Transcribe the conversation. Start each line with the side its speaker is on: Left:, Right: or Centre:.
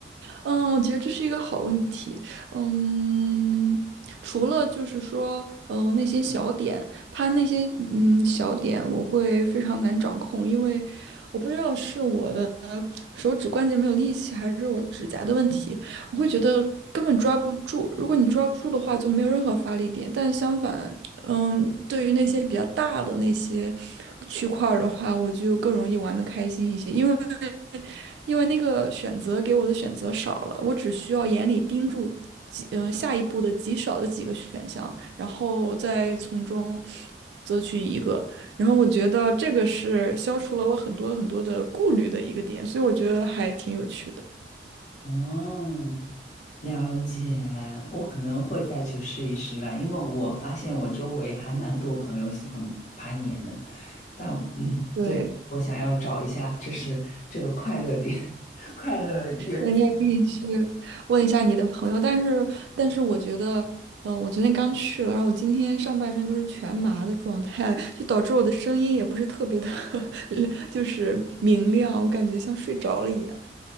Right: 嗯，我觉得这是一个好问题。嗯，除了就是说，嗯，那些小点，它那些嗯小点，我会非常难掌控，因为我不知道是我的手指关节没有力气，还是我指甲的问题，我会觉得根本抓不住。如果你抓不住的话，就没有任何发力点。但相反，嗯，对于那些比较大的那些区块儿的话，我就更容易玩的开心一些，因为。因为那个选择给我的选择少了，我只需要眼里盯住几嗯、呃下一步的极少的几个选项，然后再从中择取一个。然后我觉得这个是消除了我很多很多的顾虑的一个点，所以我觉得还挺有趣的。
Left: 哦，了解，我可能会再去试一试吧，因为我发现我周围还蛮多朋友喜欢攀岩的。但嗯，
Right: 对，
Left: 对，我想要找一下，这是这个快乐点，<laughs> 快乐源。
Right: 那你也可以去问一下你的朋友，但是，但是我觉得，嗯、我昨天刚去了，然后我今天上半身都是全麻的状态，<laughs> 就导致我的声音也不是特别的 <laughs> 就是明亮，我感觉像睡着了一样。